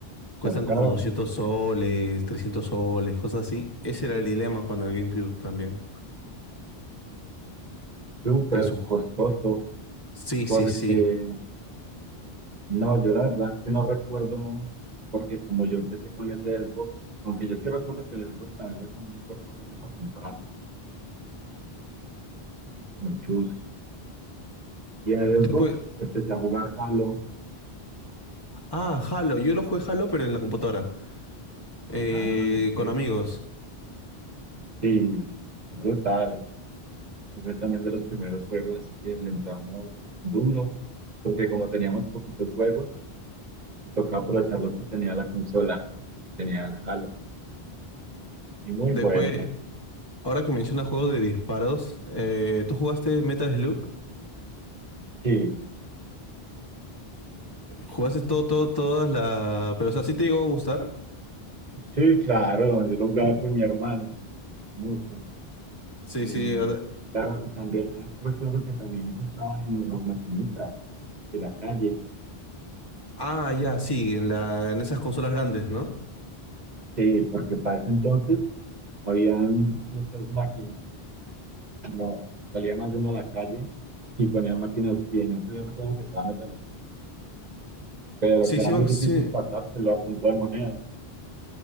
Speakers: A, on the left; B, on the right.
A: Cuestan
B: Sacaron
A: como 200 soles, 300 soles, cosas así. Ese era el dilema con el GameCube también.
B: súper
A: Que su...
B: costoso.
A: Sí,
B: Porque,
A: sí, sí.
B: no, yo la verdad es que no recuerdo, porque como yo empecé con ese Xbox, aunque yo sí recuerdo que el Xbox también fue como un esfuerzo grande para comprarlo, muy chus. Y en el
A: Después...
B: Xbox empecé a jugar Halo.
A: Ah, Halo. Yo lo jugué Halo, pero en la computadora. eh,
B: Ah, ok.
A: con amigos.
B: Sí, brutal. Fue también de los primeros juegos, así que le entramos duro, porque como teníamos poquitos juegos, me tocaba aprovechar lo que tenía la consola, tenía el Halo. Y muy
A: Después,
B: bueno.
A: ahora que mencionas juegos de disparos, eh, ¿tú jugaste Metal Slug?
B: Sí,
A: ¿Jugaste todo, todo, todas las... Pero, o sea, ¿sí te llegó a gustar?
B: sí, claro, yo lo jugaba con mi hermano, mucho.
A: Sí,
B: Y
A: sí. o sea-
B: claro, y también recuerdo que también eso estaba en las maquinitas de la calle.
A: Ah, ya, sí, en la, en esas consolas grandes, ¿no?
B: Sí, porque para ese entonces habían muchas máquinas. No, salía más de uno a la calle y ponían máquinas. Y en eso yo recuerdo que estaba Metal Slug, pero
A: Sí,
B: que
A: sí,
B: era
A: me-
B: muy difícil
A: sí,
B: pasárselo a punto de monedas.